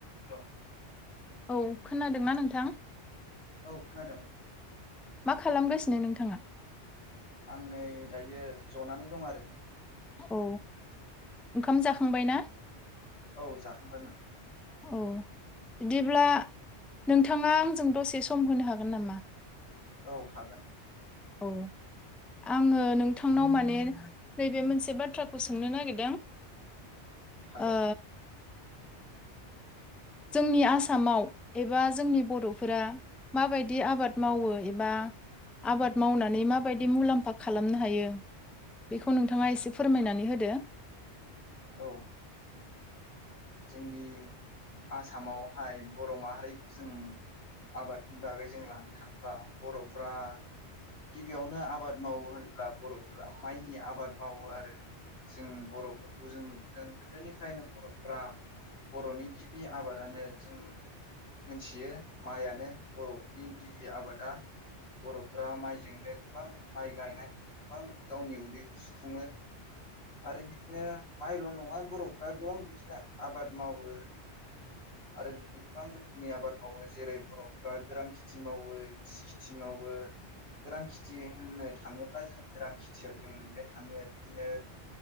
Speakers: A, on the left; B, in the centre.
A: हेल'। <inaudible>
B: औ खोनादोंना नोंथां?
A: औ खोनादों।
B: मा खालामगासिनो नोंथाङा?
A: आं नै दायो जनानै दं आरो।
B: औ ओंखाम जाखांबाय ना?
A: औ जाखांबायमोन ।
B: औ बिदिब्ला नोंथाङा आंजों दसे सम होनो हागोन नामा?
A: औ हागोन।
B: औ आङो नोंथांनाव माने नैबे मोनसे बाथ्राखौ सोंनो नागिरदों।
A: हागोन
B: ओ। जोंनि आसामाव एबा जोंनि बर'फोरा माबायदि आबाद मावो एबा आबाद मावनानै माबायदि मुलाम्फा खालामनो हायो बेखौ नोंथाङा एसे फोरमायनानै होदो।
A: औ। जोंनि आसामावहाय बर' माहारिखौ जों आबादनि बागै जों लानो थांब्ला बर'फ्रा गिबियावनो आबाद मावो होनब्ला बर'फोरा माइनि आबाद मावो आरो जों बर'फोरखौ जों नुबोदों गोदोनिफ्रायनो बर'- फ्रा बर'नि गिबि आबादानो जों मिथियो माइयानो बर'नि गिबि आबादा बर'फ्रा माइजोंनो गोबां माइ गायनानैनो गोबां गावनि उदैखौ सुफुङो आरो बिदिनो माइल' नङा बर'फ्रा गोबां बि- दिनो आबाद मावो आरो बिदि गोबां रोखोमनि आबाद मावो जेरै-बर'फ्रा गोरान खेथि मावो गिसि खिथि मावो गोरान खेथि होननो थाङोब्ला जों गोरान खेथियाव जों मोननो थाङो बिदिनो